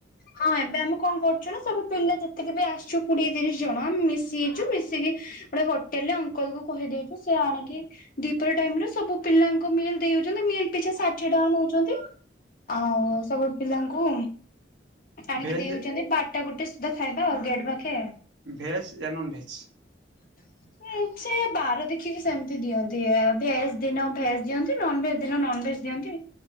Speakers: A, on the left (about 50°); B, on the right (about 70°).
A: ହଁ ଏବେ ଆମେ କଣ କରୁଛୁ ନା ସବୁ ପିଲା ଯେତିକି ବି ଆସିଛୁ, କୋଡିଏ ତିରିଶ ଜଣ ଆମେ ମିଶି ହେଇଛୁ ମିଶିକି ଗୋଟେ ହୋଟେଲରେ ଅଙ୍କଲ କୁ କହିଦେଇଛୁ, ସେ ଆଣିକି ଦିପର ଟାଇମରେ ସବୁ ପିଲାଙ୍କୁ ମିଲ୍ ଦେଇ ମିଲ୍ ପିଛା ଷାଠିଏ ଟଙ୍କା ନଉଛନ୍ତି, ଆଉ ସବୁ ପିଲାଙ୍କୁ ଆଣିକି
B: ଭେଜ
A: ଦେଇଉଛନ୍ତି, ବାରଟା ଗୋଟେ ସୁଧା ଖାଇବା ଆଉ ଗେଟ୍ ପାଖେ।
B: ଭେଜ ଏହା ନନ୍ ଭେଜ?
A: <inaudible> ହଁ ସେ ବାର ଦେଖିକି ସେମିତି ଦିଅନ୍ତି, ଭେଜ ଦିନ ଭେଜ ଦିଅନ୍ତି, ନନ ଭେଜ ଦିନ ନନ ଭେଜ ଦିଅନ୍ତି